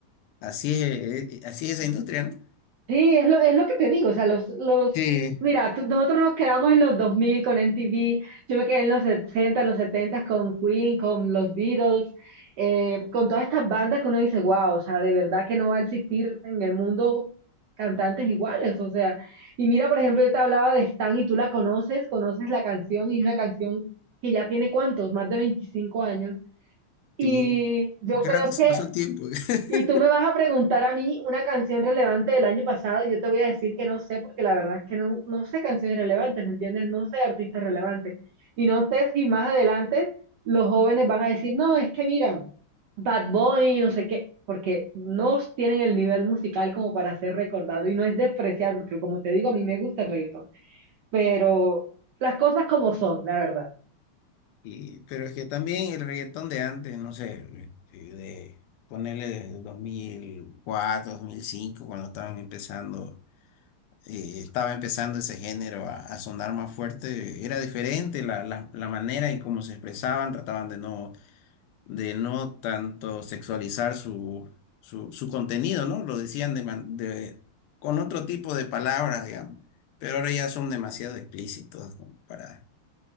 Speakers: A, on the left (about 85°); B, on the right (about 65°).
A: así es, eh, eh, así es esa industria, ¿no?
B: Sí, es lo, es lo que te digo, o sea, los, los,
A: Sí,
B: mira, tú- nosotros nos quedamos en los 2000 con MTV, yo me quedé en los 60, en los 70 con Queen, con los Beatles, eh, con todas estas bandas que uno dice, wow, o sea, de verdad que no va a existir en el mundo cantantes iguales, o sea, y mira, por ejemplo, yo te hablaba de Stan y tú la conoces, conoces la canción y es una canción que ya tiene cuántos, más de 25 años. Y
A: sí.
B: yo
A: Qué
B: creo
A: rato se
B: que
A: pasó el tiempo. <laughs>
B: y tú me vas a preguntar a mí una canción relevante del año pasado, y yo te voy a decir que no sé, porque la verdad es que no, no sé canciones relevantes, ¿me entiendes? No sé artistas relevantes. Y no sé si más adelante los jóvenes van a decir, no, es que mira, Bad Bunny, no sé qué, porque no tienen el nivel musical como para ser recordado. Y no es despreciar, porque como te digo, a mí me gusta el reggaetón, pero las cosas como son, la verdad.
A: Y, pero es que también el reggaetón de antes, no sé, eh, de ponerle de 2004, 2005 cuando estaban empezando, eh, estaba empezando ese género a, a sonar más fuerte, era diferente la, la, la manera en cómo se expresaban, trataban de no, de no tanto sexualizar su, su, su contenido, ¿no? Lo decían de, man- de- con otro tipo de palabras, digamos, pero ahora ya son demasiado explícitos para